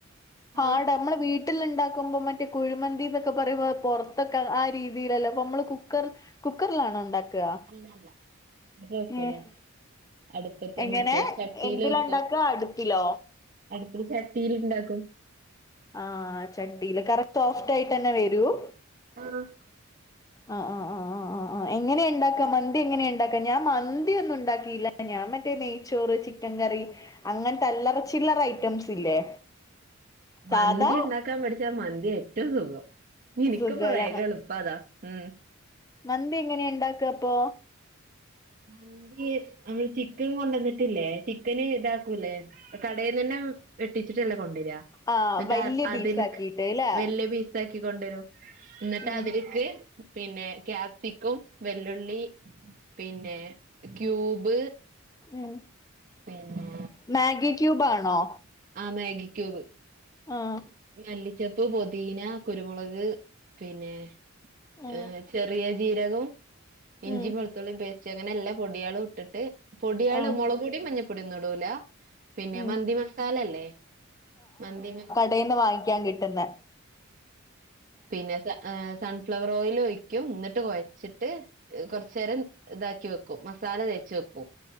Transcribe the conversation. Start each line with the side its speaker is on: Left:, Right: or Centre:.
Left: ഹാർഡ്
Right: ആഹ്
Left: നമ്മള് വീ ട്ടിൽ ഉണ്ടാക്കുമ്പോ മറ്റേ കുഴിമന്തി എന്നൊക്കെ പറയുമ്പോ പൊറത്തൊക്കെ ആ രീതിയിലല്ലേ അപ്പൊ നമ്മള് കുക്കർ കുക്കറിലാണോ ഉണ്ടാ ക്കാ
Right: അല്ല അല്ല ഇവിടെ വെക്കൂല
Left: ഏഹ്
Right: അടുപ്പത്ത്
Left: എങ്ങനെ
Right: മറ്റേ ചട്ടിയില്
Left: എ ന്തിലാ
Right: വെക്കും.
Left: ഇണ്ടാക്കുക അടുപ്പിലോ
Right: അടുപ്പില് ചട്ടിയിൽ ഉണ്ടാക്കും
Left: ആഹ് ചട്ടിയില് കറക്റ്റ് സോഫ്റ്റായിട്ട് തന്നെ വരും
Right: ആഹ്
Left: ആഹ് ആഹ് ആഹ് ആഹ് ആഹ് ആഹ് എങ്ങനെയാ ഉണ്ടാക്കുക മന്തി എങ്ങനെയാ ഉണ്ടാക്കുക ഞാൻ മന്തി ഒന്നും ഉണ്ടാക്കിയില്ല ഞാൻ മറ്റേ നെയ്ച്ചോറ് ചി ചിക്കൻ കറി അങ്ങനത്തെ അല്ലറ ചില്ലറ ഐറ്റംസ് ഇല്ലേ
Right: മന്തി
Left: സാധാ
Right: ഉണ്ടാക്കാൻ പഠിച്ചാ മന്തിയാ ഏറ്റവും സുഖം എനിക്കിപ്പ
Left: സുഖലന
Right: വേഗം എ ളുപ്പം അതാ ഉം
Left: മന്തി എങ്ങനെയാ ഉണ്ടാക്കുക അപ്പൊ
Right: മന്തി നമ്മള് ചിക്കൻ കൊണ്ടന്നിട്ടില്ലേ ചിക്കന് ഇതാക്കൂല്ലേ കടയിന്ന് തന്നെ വെട്ടിച്ചിട്ടല്ലേ കൊണ്ടുരുവാ
Left: ആ
Right: എന്നിട്ട്
Left: വല്യ
Right: അ അതിൽ
Left: പീസ് ആക്കിട്ട് ല്ലേ
Right: വല്ല്യ മീൻ <unintelligible> കൊണ്ടുരും എന്നിട്ട്
Left: ഉം
Right: അതിലേക്ക് പിന്നെ ക്യാപ്സിക്കും വെല്ലുള്ളി പിന്നെ ക്യൂബ്
Left: ഉം
Right: പിന്നെ
Left: മാഗി ക്യൂബാണോ
Right: ആഹ് മാഗിക്യുബ്.
Left: ആഹ്
Right: മല്ലിച്ചപ്പ് പൊതീന കുരുമുളക് പിന്നെ
Left: ആഹ്
Right: ഏ ചെറിയ ജീരകവും ഇഞ്ചി
Left: ഉം
Right: വെള്ത്തുള്ളി പെ ചെ എങ്ങനെ എല്ലാ പൊടിയളും ഇട്ടിട്ട് പൊടിയള്
Left: ആഹ്
Right: മുളക് പൊടിയും മഞ്ഞപ്പൊടിയും ഒന്നും ഇടൂല പിന്നെ
Left: ഉം
Right: മന്തി മസാലല്ലേ മന്തി മ
Left: വിടെന്ന് വാങ്ങിക്കാൻ കിട്ടുന്ന
Right: പിന്നെ സ സൺഫ്ലവർ ഓയിൽ ഒഴിക്കും എന്നിട്ട് കൊഴച്ചിട്ട് കൊർചേരം ഇതാക്കി വെക്കും മസാല തേച് വെക്കും